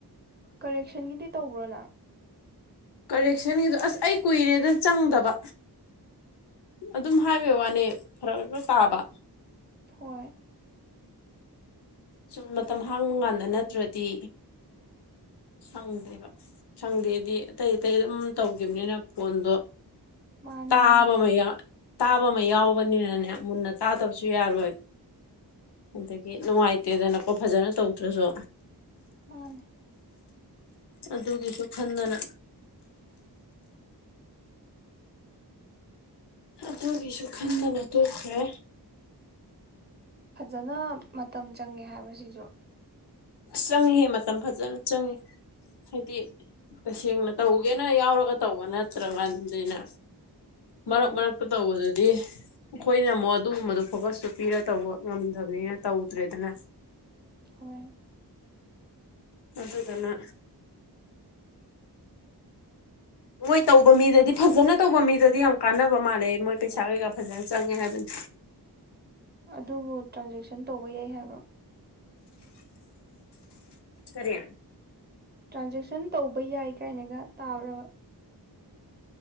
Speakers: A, on the right; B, on the left.
A: ꯀꯔꯦꯛꯁꯟꯒꯤꯗꯤ ꯇꯧꯕ꯭ꯔꯣ ꯅꯪ
B: ꯀꯔꯦꯛꯁꯟꯒꯤꯗ ꯑꯁ ꯑꯩ ꯀꯨꯏꯔꯦꯗ ꯆꯪꯗꯕ ꯑꯗꯨꯝ ꯍꯥꯏ ꯕꯩ ꯋꯥꯅꯦ ꯐꯔꯛ ꯑꯗꯨꯝ ꯇꯥꯕ
A: ꯍꯣꯏ
B: ꯁꯨꯝ ꯃꯇꯝ ꯍꯥꯡꯕ ꯀꯥꯟꯗ ꯅꯠ ꯇꯔꯗꯤ ꯁꯪꯗꯦꯕ ꯁꯪꯗꯦꯗꯤ ꯑꯇꯩ ꯑꯇꯩ ꯑꯗꯨꯝ ꯇꯧꯒꯤꯝꯅꯤꯅ ꯐꯣꯟꯗꯣ
A: ꯃꯥꯅꯦ
B: ꯇꯥꯕꯃꯥ
A: ꯃꯥꯅꯦ
B: ꯌꯥ ꯇꯥꯕ ꯑꯃ ꯌꯥꯎꯕꯅꯤꯅꯅꯦ ꯃꯨꯟꯅ ꯇꯥꯗꯕꯁꯨ ꯌꯥꯔꯣꯏ ꯑꯗꯒꯤ ꯅꯨꯡꯉꯥꯏꯇꯦꯗꯅꯀꯣ ꯐꯖꯅ ꯇꯧꯗ꯭ꯔꯁꯨ
A: ꯃꯥꯅꯦ
B: ꯑꯗꯨꯒꯤꯁꯨ ꯈꯟꯗꯅ ꯑꯗꯨꯒꯤꯁꯨ ꯈꯟꯗꯅ ꯇꯣꯛꯈ꯭ꯔꯦ
A: ꯐꯖꯅ ꯃꯇꯝ ꯆꯪꯉꯦ ꯍꯥꯏꯕ ꯁꯤꯖꯨ
B: ꯑꯁ ꯆꯪꯉꯤꯍꯦ ꯃꯇꯝ ꯐꯖꯅ ꯆꯪꯉꯤ ꯍꯥꯏꯗꯤ ꯇꯁꯦꯡꯅ ꯇꯧꯒꯦꯅ ꯌꯥꯎꯔꯒ ꯇꯧꯕ ꯅꯠꯇ꯭ꯔ ꯀꯥꯟꯗꯤꯅꯦ ꯃꯔꯛ
A: ꯎꯝ
B: ꯃꯔꯛꯇ ꯇꯧꯕꯖꯤ ꯗꯤ ꯑꯈꯣꯏꯅꯃꯨ ꯑꯗꯨꯒꯨꯝꯕꯗꯨ ꯐꯣꯀꯁꯇꯨ ꯄꯤꯔ ꯇꯧꯕ ꯉꯝꯗꯕꯅꯤꯅ ꯇꯧꯗ꯭ꯔꯦꯗꯅ
A: ꯍꯣꯏ
B: ꯑꯗꯨꯗꯨꯅ ꯃꯣꯏ ꯇꯧꯕ ꯃꯤꯗꯗꯤ ꯐꯖꯅ ꯇꯧꯕ ꯃꯤꯗꯗꯤ ꯌꯥꯝ ꯀꯥꯟꯅꯕ ꯃꯥꯜꯂꯦ ꯃꯣꯏ ꯄꯩꯁꯥ ꯀꯩꯀꯥ ꯐꯖꯅ ꯆꯪꯉꯦ ꯍꯥꯏꯕꯅꯤ
A: ꯑꯗꯨꯕꯨ ꯇ꯭ꯔꯥꯟꯖꯦꯛꯁꯟ ꯇꯧꯕ ꯌꯥꯏ ꯍꯥꯏꯕ꯭ꯔꯣ
B: ꯀꯔꯤ
A: ꯇ꯭ꯔꯥꯟꯖꯦꯛꯁꯟ ꯇꯧꯕ ꯌꯥꯏ ꯀꯥꯏꯅꯒ ꯇꯥꯕ꯭ꯔꯕ